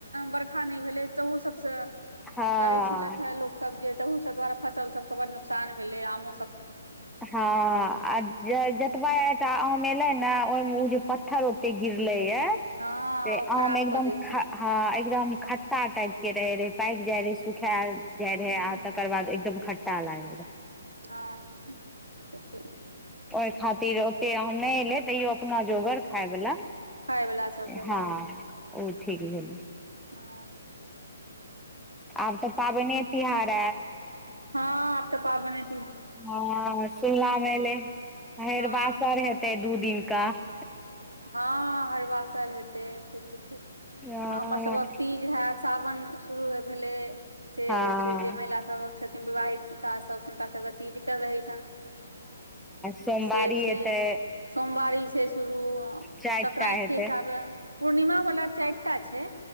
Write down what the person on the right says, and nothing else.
बर्खा नै भेलै ताहू सभ स
कहै छेलैथ हे लोक सभ जे तहौ सब दुआरे फसल सभके बड़ नुकसान भेलै आम
हँ
ओ खराब
कऽ दै छै
हूँ
ह तऽ
वला सबटा
भऽ
ह
हा आब तऽ पाबै ने
हँ
ह हैरबासर हेतै से ठीक
हमर सभ के तीज हे तऽ सावन शुरू भेले से
होई छै जे महिला सभ छथिन विवहिता हुनका सभ हिनका सभ के तीजके रहै छैन
से छै
सोमवारी से शुरू
सक्रैत
के हिसाबे पूर्णिमा वाला चैर टा छै